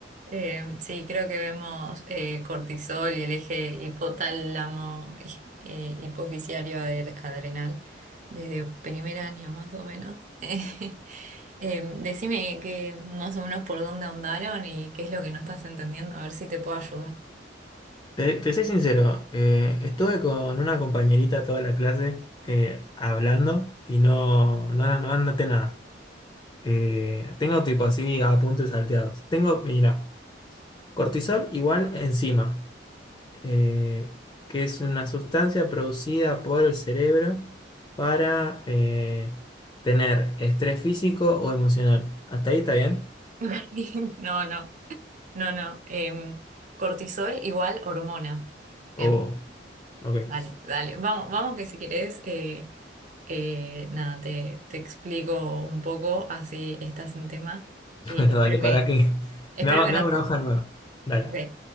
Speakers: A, on the right (about 40°); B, on the left (about 25°).
A: Eh, sí, creo que vemos eh, cortisol y el eje hipotálamo eh, hipoficiario adre- adrenal desde primer año más o menos. <laughs> Eh, decime que más o menos por dónde andaron y qué es lo que no estás entendiendo, a ver si te puedo ayudar.
B: Te, te soy sincero, eh, estuve con una compañerita toda la clase eh, hablando y no, no, no anoté nada. Eh, tengo tipo así apuntes salteados. Tengo, mira, cortisol igual enzima, eh, que es una sustancia producida por el cerebro para eh, tener estrés físico o emocional. ¿Hasta ahí está bien?
A: <laughs> No, no, no, no. Em, cortisol igual hormona. Bien,
B: O, ok.
A: dale,
B: <laughs>
A: dale. Vamos, vamos que si querés. eh, Eh, nada, te, te explico un poco, así estás en tema y
B: Bueno,
A: espero
B: dale, para
A: que,
B: que
A: espero
B: me hago,
A: que
B: me
A: no
B: hago
A: te,
B: una hoja nueva. Dale.
A: ok,